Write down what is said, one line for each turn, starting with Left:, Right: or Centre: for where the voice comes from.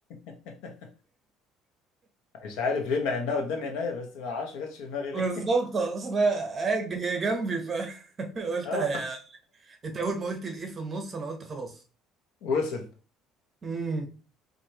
Left: <laughs> مش عارف ليه مع انها قدام عينيا بس ما اعرفش ما جاتش في دماغي ليه
Right: بالظبط
Left: <laughs>
Right: اصل هي هي جنبي فقلت
Left: اه
Right: <laughs> هي انت اول ما قلت الايه في النص انا قلت خلاص
Left: وصل
Right: امم